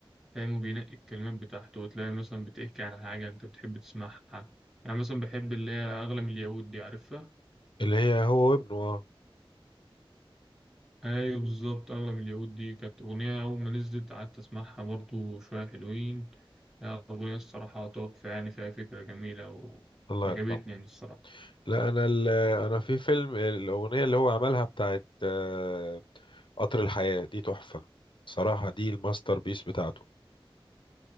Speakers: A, in the centre; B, on the left.
A: فاهم وبينقي الكلمات بتاعته وتلاقي مثلا بتحكي عن حاجة أنت بتحب تسمعها يعني مثلا بحب اللي هي أغلى من اليهود دي عارفها؟
B: اللي هي هو وابنه اه
A: ايوه بالظبط اغلى من اليهود دي كانت اغنيه اول ما نزلت قعدت اسمعها برضو شويه حلوين لا اغنيه الصراحه تحفه يعني فيها فكره جميله
B: الله
A: وعجبتني
B: يرحمه
A: يعني الصراحه
B: لا انا ال- انا في فيلم الاغنيه اللي هو عملها بتاعت آه، قطر الحياه دي تحفه صراحه دي الماستر بيس بتاعته